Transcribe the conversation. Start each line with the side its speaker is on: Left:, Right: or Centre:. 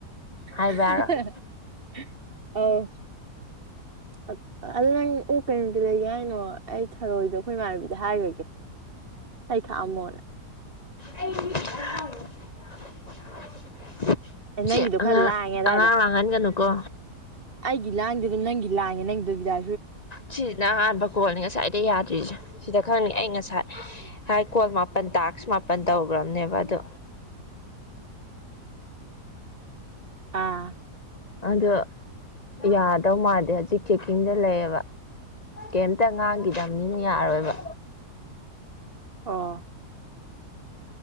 Left: ꯍꯥꯏꯕ
Right: ꯍꯝ
Left: ꯌꯥꯔꯣꯏ
Right: ꯍꯥ ꯍꯥ ꯑꯥꯎ ꯑ ꯑꯗꯨ ꯅꯪ ꯑꯣꯛ ꯀꯩꯅꯨꯃꯤꯠꯇꯥ ꯂꯩꯒꯦ ꯍꯥꯏꯅꯣ ꯑꯩ ꯊꯔꯣꯏꯗꯣ ꯑꯩꯈꯣꯏ ꯏꯃꯥꯟꯅꯕꯤꯗ ꯍꯥꯏꯈ꯭ꯔꯥꯒꯦ ꯑꯩ ꯈꯥꯛꯑꯝꯃꯣꯅꯦ
Left: ꯑꯩꯗꯤ ꯍꯥꯔꯥꯎꯋꯦ <inaudible>
Right: ꯑꯦ ꯅꯪꯒꯤꯗꯣ
Left: ꯁꯤ ꯑꯉꯥꯡ
Right: ꯈꯔ ꯂꯥꯡꯉꯦ ꯑꯗꯥꯏꯗꯣ
Left: ꯑꯉꯥꯡ ꯂꯥꯡꯍꯟꯒꯅꯨꯀꯣ
Right: ꯒꯤ ꯂꯥꯡꯗꯦꯗꯣ ꯅꯪꯒꯤ ꯂꯥꯡꯉꯦ ꯅꯪꯗꯣ ꯕꯤꯗꯥ
Left: ꯁꯤꯁꯤꯅ ꯑꯍꯥꯟꯕ ꯀꯣꯜꯅꯤ ꯉꯁꯥꯏꯗꯩ ꯌꯥꯗ꯭ꯔꯤꯁꯦ ꯁꯤꯗ ꯈꯪꯅꯤ ꯑꯩ ꯉꯥꯁꯥꯏ ꯍꯥꯏ ꯀꯣꯜ ꯃꯥꯄꯟ ꯇꯥꯛꯁ ꯃꯥꯄꯟ ꯇꯧꯈ꯭ꯔꯕꯅꯦꯕ ꯑꯗꯣ
Right: ꯑꯥ
Left: ꯑꯗꯣ ꯌꯥꯗꯧ ꯃꯥꯟꯗꯦ ꯍꯧꯖꯤꯛ ꯆꯦꯛꯀꯤꯡꯗ ꯂꯩꯌꯦꯕ ꯀꯦꯝꯇ ꯉꯥꯡꯈꯤꯗꯕꯅꯤꯅ ꯌꯥꯔꯣꯏꯕ
Right: ꯑꯣ